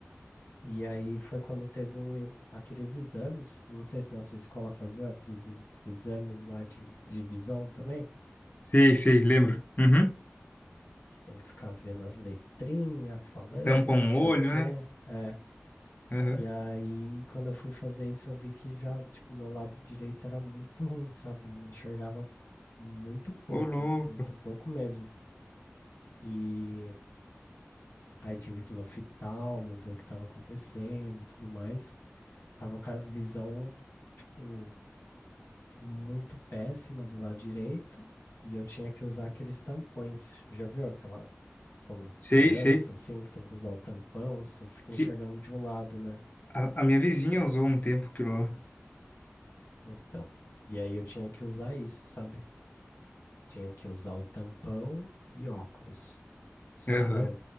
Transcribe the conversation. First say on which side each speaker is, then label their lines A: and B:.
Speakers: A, on the left; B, on the left.
A: E aí foi quando teve um, e- aqueles exames, não sei se na sua escola faziam aqueles ex- exames lá de, de visão também.
B: Sei, sei, lembro. Uhum.
A: Tem que ficar vendo as letrinhas, falando,
B: Tampa
A: não
B: um
A: sei
B: olho,
A: o quê.
B: né?
A: É.
B: Uhum.
A: E aí, quando eu fui fazer isso, eu vi que já, tipo, meu lado direito era muito ruim, sabe? Eu enxergava muito pouco,
B: Ô, louco.
A: muito pouco mesmo. E aí tive que ir no oftalmo, ver o que estava acontecendo e tudo mais. Tava com a visão, tipo, muito péssima do lado direito. E eu tinha que usar aqueles tampões. Já viu aquela, quando
B: Sei,
A: criança,
B: sei.
A: assim, que tem que usar o tampão, só fica enxergando
B: Que
A: de um lado, né?
B: a, a minha vizinha usou um tempo aquilo lá.
A: Então, e aí eu tinha que usar isso, sabe? Tinha que usar o tampão e óculos. Só
B: Uhum.
A: que daí eu,